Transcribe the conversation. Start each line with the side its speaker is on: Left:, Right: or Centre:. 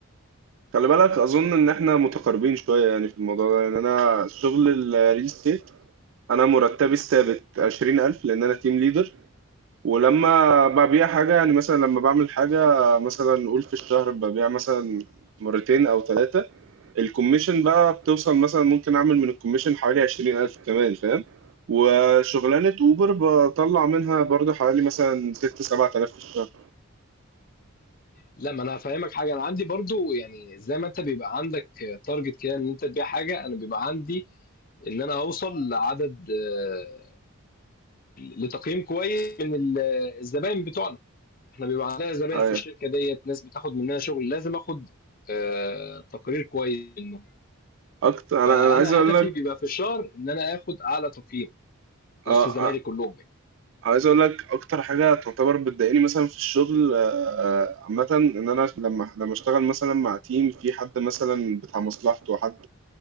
Right: خلي بالك اظن ان احنا متقاربين شويه يعني في الموضوع ده يعني انا شغل الريل ستيت انا مرتبي الثابت 20000 لان انا تيم ليدر ولما ببيع حاجة يعني مثلا لما بعمل حاجة مثلا نقول في الشهر ببيع مثلا مرتين أو ثلاثة الكوميشن بقى بتوصل مثلا ممكن أعمل من الكوميشن حوالي عشرين ألف كمان فاهم وشغلانة أوبر بطلع منها برضو حوالي مثلا ست سبعة آلاف في الشهر
Left: لا ما انا هافهمك حاجه انا عندي برضو يعني زي ما انت بيبقى عندك تارجت كده ان انت تبيع حاجه انا بيبقى عندي ان انا اوصل لعدد آه، لتقييم كويس من ال- الزباين بتوعنا احنا بيبقى عندنا زباين
Right: أيوة
Left: في الشركه ديت ناس بتاخد مننا شغل لازم اخد آه، تقرير كويس منه
Right: أكتر
Left: فانا
Right: أنا أنا عايز أقول
Left: هدفي
Right: لك
Left: بيبقى في الشهر ان انا اخد اعلى تقييم وسط
Right: آه،
Left: زمايلي
Right: آه،
Left: كلهم يعني
Right: عايز اقول لك اكتر حاجه تعتبر بتضايقني مثلا في الشغل آه، آه، عامه ان انا لما لما اشتغل مثلا مع تيم في حد مثلا بتاع مصلحته حد